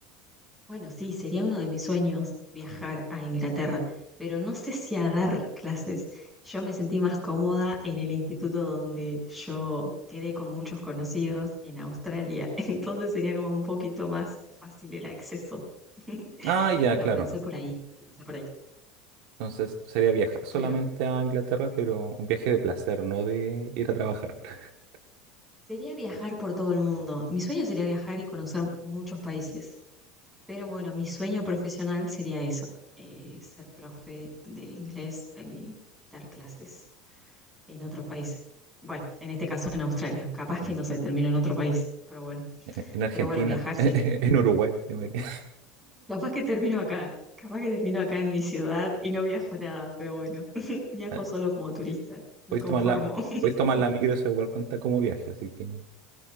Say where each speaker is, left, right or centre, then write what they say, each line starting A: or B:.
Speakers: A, in the centre; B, on the right.
A: Bueno, sí, sería uno de mis sueños viajar a Inglaterra, pero no sé si a dar clases. Yo me sentí más cómoda en el instituto donde yo quedé con muchos conocidos en Australia, <laughs> entonces sería como un poquito más fácil el acceso. <laughs>
B: Ah, ya,
A: Lo
B: claro.
A: pensé por ahí, lo pensé por ahí.
B: Entonces sería viajar solamente
A: Claro,
B: a Inglaterra, pero un viaje de placer, no de ir a trabajar. <laughs>
A: sería viajar por todo el mundo. Mi sueño sería viajar y conocer muchos países. Pero bueno, mi sueño profesional sería eso, eh, ser profe de inglés y dar clases en otros países. Bueno, en este caso en Australia. Capaz
B: En
A: que no se termino en otro país, pero bueno.
B: en Argentina,
A: Pero bueno, viajar
B: <laughs>
A: sí.
B: en Uruguay. te imagino.
A: Capaz que termino acá. Capaz que termino acá en mi ciudad y no viajo nada, pero bueno, <laughs> viajo
B: <laughs>
A: solo como turista. Me
B: Puedes
A: conformo.
B: tomar la,
A: <laughs>
B: puedes tomar la micro, eso igual cuenta como viaje, así que está